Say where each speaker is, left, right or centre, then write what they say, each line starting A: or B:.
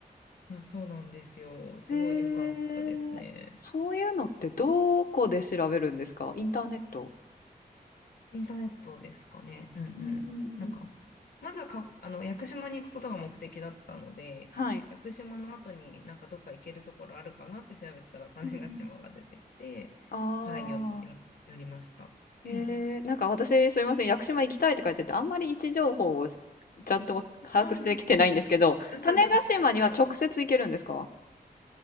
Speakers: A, on the left; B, on the left.
A: そうそうなんですよ。すごい良かったですね。
B: へえー、そういうのってどこで調べるんですかインターネット。
A: インターネットですかね。うんうん。
B: うんうんうん。
A: なんか、まずはか、あの、屋久島に行くことが目的だったので、
B: はい。
A: 屋久島の後になんかどっか行けるところあるかなって調べてたら種子島が出てきて、
B: うんうん。あ
A: はい、よ、よ、寄りました。
B: へえ、
A: うん。
B: なんか私すいません、屋久島行きたいとか言ってて、あんまり位置情報をちゃんと把握してきてないんですけど、
A: うん <laughs>
B: 種子島には直接行けるんですか
A: はい。